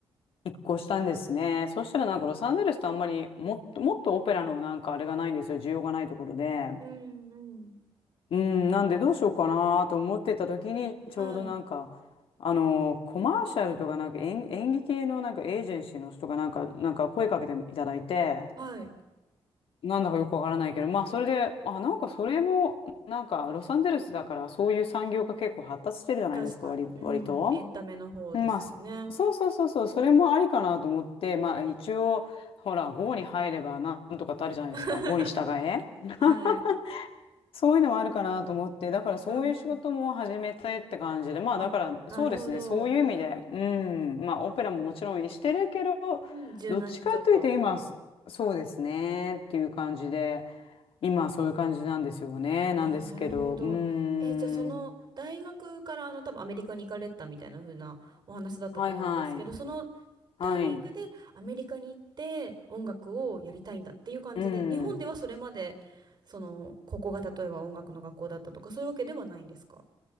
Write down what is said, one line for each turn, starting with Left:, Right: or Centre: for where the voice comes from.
Left: 一個したんですね。そしたらなんかロサンゼルスとあんまりもっと、もっとオペラのなんかあれがないんですよ。需要がないところで。
Right: うん。うん。
Left: うん、なんでどうしようかなと思ってた時にちょうどなんか、
Right: はい。
Left: あのコマーシャルとかなんか演、演技系のなんかエージェンシーの人がなんか、なんか声かけていただいて、
Right: はい。
Left: なんだかよくわからないけど、まあそれで、あ、なんかそれも、なんかロサンゼルスだからそういう産業が結構発達してるじゃないですか、
Right: 確かに。
Left: 割、
Right: うん。
Left: 割と。
Right: エンタメの方ですよね。
Left: まあ、そそうそうそうそう、それもありかなと思って、
Right: うんうん。
Left: まあ一応、ほら、5に入ればなんとかってあるじゃないですか、
Right: <laughs>
Left: 5に従え。<laughs>
Right: はい。
Left: そういうのもあるかなと思って、だからそういう仕事も始めたいって感じで、
Right: うんうん。
Left: まあだからそうですね、
Right: あ、なるほど。
Left: そういう意味で、うん、まあオペラももちろんしてるけど、
Right: うん。柔軟にちょっと。
Left: どっちかというと今、そそうですねっていう感じで、今そういう感じなんですよね、なんですけど、
Right: ああ、なるほど。
Left: うん、
Right: え、じゃあその大学からあの多分アメリカに行かれたみたいな風なお話だったと思うんですけど、
Left: はいはい、
Right: その
Left: はい、
Right: タイミングでアメリカに行って音楽をやりたいんだっていう感じで、
Left: うん。
Right: 日本ではそれまでそのここが例えば音楽の学校だったとかそういうわけではないんですか